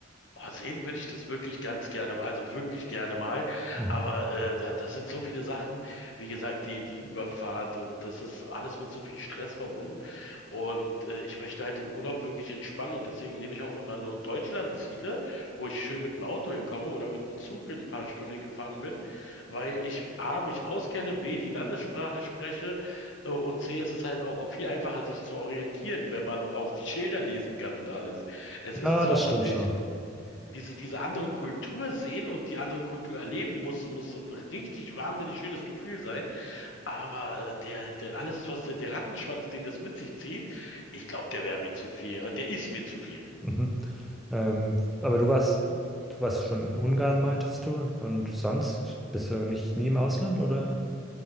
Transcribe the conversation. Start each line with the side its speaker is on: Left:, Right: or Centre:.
Left: Oh, sehen würde ich das wirklich ganz gerne, also wirklich gerne mal.
Centre: Mhm.
Left: Aber äh, da, das sind so viele Sachen, wie gesagt, die, die Überfahrt und das ist alles mit so viel Stress verbunden. Und äh, ich möchte halt im Urlaub wirklich entspannen und deswegen nehme ich auch immer nur Deutschlandziele, wo ich schön mit dem Auto hinkomme oder mit dem Zug in ein paar Stunden hingefahren bin, weil ich A, mich auskenne, B, die Landessprache spreche äh, und C, es ist halt auch viel einfacher, sich zu orientieren, wenn man auch die Schilder lesen kann und alles. Es
Centre: Ja,
Left: ist zwar
Centre: das
Left: natürlich
Centre: stimmt schon.
Left: diese, diese andere Kultur sehen und die andere Kultur erleben muss, muss so ein richtig wahnsinnig schönes Gefühl sein. Aber äh, der, der, alles, was der, der Rattenschwanz, den das mit sich zieht, ich glaube, der wäre mir zu viel. Äh, Der ist mir zu viel.
Centre: Mhm. Ähm, aber du warst, du warst schon in Ungarn, meintest du? Und sonst bist du nicht nie im Ausland oder